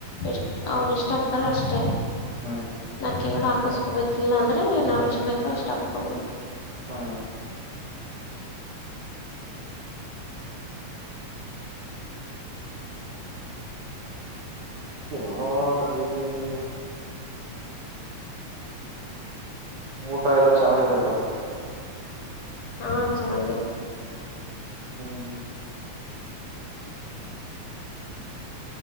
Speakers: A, on the left; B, on the right.
A: ಎಷ್ಟ್ ಅವರು ಇಷ್ಟ ಆಗ್ತಾರ ಅಷ್ಟೇ
B: ಹ್ಮ್
A: ನಕ್ಕಿಗ ಹಾಕಸ್ಕೋಬೇಕಿಲ್ಲ ಅಂದ್ರೆ ನಾವ್ ಎಷ್ಟ್ ಬೇಕೋ ಅಷ್ಟ್ ಹಾಕೋಬೋದು
B: ಹ್ಮ್ ನೋಡ್ರಿ ನೀವ್ ಊಟ ಎಲ್ಲ ಚೆನ್ನಾಗಿರುತ್ತ ಅಲ್ಲಿ
A: ಹಾ ಚೆನ್ನಾಗಿರುತ್ತೆ
B: ಹ್ಮ್